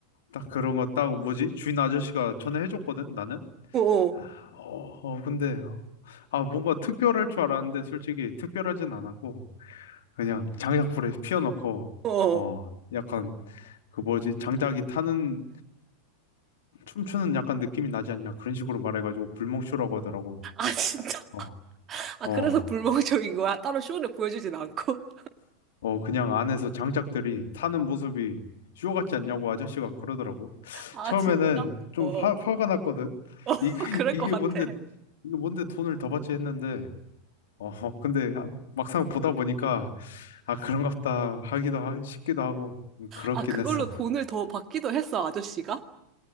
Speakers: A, on the left (about 55°); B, on the right (about 30°).
A: 딱 그런 거 딱 뭐지? 주인 아저씨가 전에 해줬거든, 나는.
B: 어어,
A: 아, 어, 어, 근데, 어, 아, 뭔가 특별할 줄 알았는데, 솔직히 특별하진 않았고, 그냥 장작불에 피워놓고,
B: 어어.
A: 어, 약간, 그 뭐지? 장작이 타는, 춤추는 약간 느낌이 나지 않냐? 그런 식으로 말해가지고, 불멍쇼라고 하더라고.
B: 아, <laughs> 진짜?
A: 어,
B: 아,
A: 어,
B: 그래서 불멍쇼인 거야? 따로 쇼를 보여주진 않고?
A: 어, 그냥 안에서 장작들이 타는 모습이 쇼 같지 않냐고 아저씨가 그러더라고.
B: 아,
A: 처음에는
B: 진짜?
A: 좀
B: 어어.
A: 화, 화가 났거든.
B: 어, <laughs>
A: 이게, <laughs>
B: 그럴
A: 이게
B: 것 같아.
A: 뭔데, 이게 뭔데 돈을 더 받지 했는데, 어, 근데 아, 막상 보다 보니까, 아, 그런갑다 하기도 하, 싶기도 하고, 음, 그렇긴
B: 아, 그걸로
A: 했어.
B: 돈을 더 받기도 했어, 아저씨가?